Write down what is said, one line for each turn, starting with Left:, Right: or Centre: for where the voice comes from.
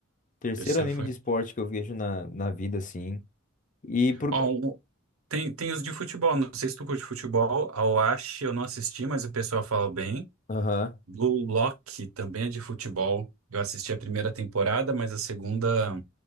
Left: terceiro
Right: Terceiro
Left: anime
Right: foi.
Left: de esporte que eu vejo na, na vida, assim. E por.
Right: Ó, um- Tem, tem os de futebol, não sei se tu curte futebol. A Oashi eu não assisti, mas o pessoal fala bem.
Left: Aham.
Right: Blue Lock também é de futebol. Eu assisti a primeira temporada, mas a segunda